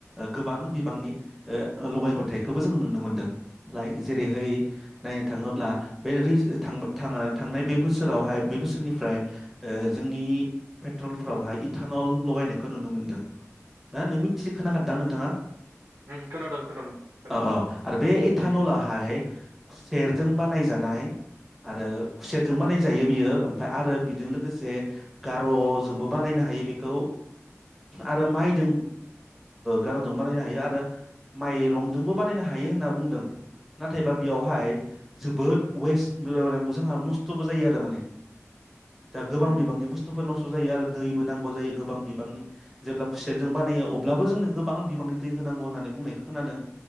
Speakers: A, in the centre; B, on the right (about 75°).
A: गोबां बिबांनि लगाय गथायखौबो जों नुनो मोनदों लाइ जेरैहाय नायनो थांङोब्ला बे थांनाय बे बोसोरावहाय बे बोसोरनिफ्राय जोंनि पेट्रलफोरावहाय इटानल लगायनायखौ नुनो मोनदों ना नों मिथि खोनाखादोंदां नोंथांङा
B: उम खोनादों खोनादों खोनादों
A: औ औ आरो बे एटानलाहाय
B: ओइ उम
A: खुसेेरजों
B: उम
A: बानायजानाय आरो खुसेटजों बानायजायो बियो ओमफ्राय आरो बेजों लोगोसे
B: उम
A: ग र' जोंबो बानायनो हायो बेखौ आरो माइजों गारजों बानायनो हायो आरो माइ रंजोंबो बानायनो हायो होनना बुंदों नाथायबा बेयावहाय
B: उम
A: जोबोद वेस्ट मज नस्थ'बो जायो आरो माने दा गोबां
B: उम
A: बिबांनि बुस्थुखौ नस्थ' जायो आरो दैबो नांगौ जायो गोबां बि गोबांनि। ब्ला खुसेरजों बानायो अब्लाबो जोंनो गोबां बिबांनि दै होनांगौ होननानै बुंनायखौ खोनादों